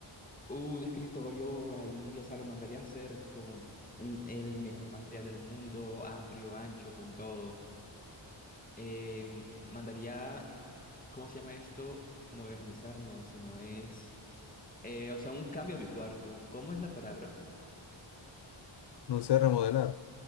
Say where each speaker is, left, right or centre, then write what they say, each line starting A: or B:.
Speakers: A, on the left; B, on the left.
A: Un escritorio ahí, o sea, lo mandaría a hacer con un- el mejor material del mundo, amplio, ancho, con todo. Em, mandaría ¿cómo se llama esto? Modernizar, no, si no es, eh, o sea, un cambio a mi cuarto. ¿Cómo es la palabra?
B: No sé remodelar.